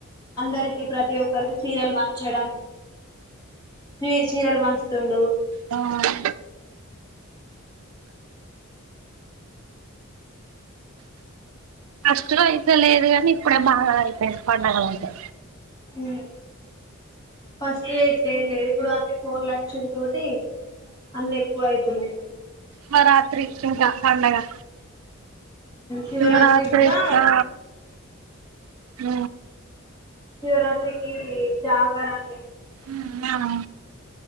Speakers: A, on the left; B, on the right.
A: అందరికి ప్రతి ఒక్కరికి చీరలు వంచడం చీ చీరలు వంచుతుండు
B: ఆ కష్టం అయితే లేదు గాని ఇప్పుడే బాగా అయిపోంది పండగలంతా
A: ఉ ఫస్ట్ డే ఇట్లా ఏం లేదు ఇప్పుడు అన్నిప్ ఫోన్ల అచ్చులు తోటి అన్ని ఎక్కువ అయితున్నాయి
B: మా రాత్రి ఇంకా దండగా
A: శివరాత్రికి
B: చివరు ఆఫ్ చేసిన
A: కూడా
B: న
A: శివరాత్రి కి జగారలు
B: ఉ మ్యాను